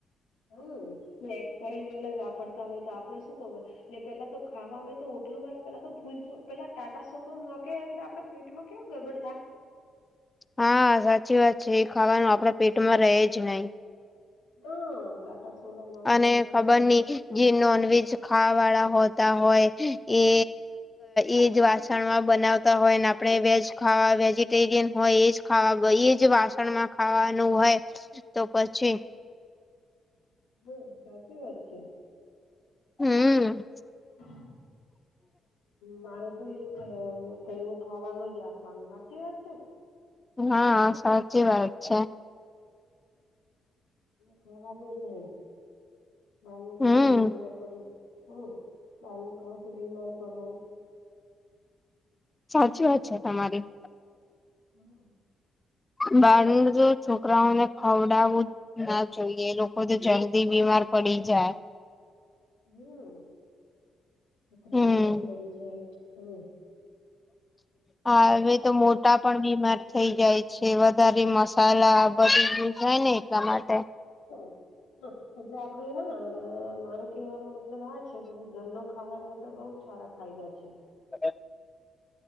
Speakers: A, on the left (about 80°); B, on the left (about 20°).
A: હમ્મ એક્સપાયર્ડ રહેલા વાપરતા હોય તો આપડે શું ખબર ને પેલા તો ખાવામાં તો ઓટલું વાળા પેલા તો ફૂલ પેલા ટાટા સોડો નોખે એટલે આપડે પેટ માં કેવું ગડબડ થાય.
B: હા સાચી વાત છે એ ખાવાનું આપડા પેટમાં રહે જ નહી.
A: ના ટાટા સોડા નાખે
B: અને
A: એટલે
B: ખબર નઈ જે નોનવેજ ખાવા વાળા હોતા હોય એ એજ વાસણમાં બનાવ તા હોય ને આપણે વેજ ખાવા વેજીટેરિયન હોય એજ ખાવા એજ વાસણમાં ખાવાનું હોય
A: હ
B: તો પછી
A: હા સાચી વાત છે.
B: હમ
A: <unintelligible> મારે ઘર ઘરનું ખાવાનું જ રાખવાનું સાચી વાત છે.
B: હા સાચી વાત છે.
A: ખાવાનું જ નહી બહાર નું
B: હમ
A: ખાવ તો બીમાર પડી હમ્મ બાર નુ ખાવ તો બીમાર પડો
B: સાચી વાત છે તમારી
A: હમ્મ.
B: બળ્યું જો છોક છોકરાઓને ખવડાવું જ ના જોઈએ એ લોકો તો જલ્દી બીમાર પડી જાય
A: હમ્મ છોકરા
B: હમ
A: બીમાર પડી જાય હમ્મ.
B: હા હવે તો મોટા પણ બીમાર થઈ જાય છે વધારે મસાલા બધું યુક્ત હોય ને એટલા માટે
A: <inaudible> હ એટલે આપડેને માર કેહેવાનો મતલબ આ છે કે બી ઘરનો ખાવાથી આપડે બઉ જ સારા ફાયદા છે.
B: કદાચ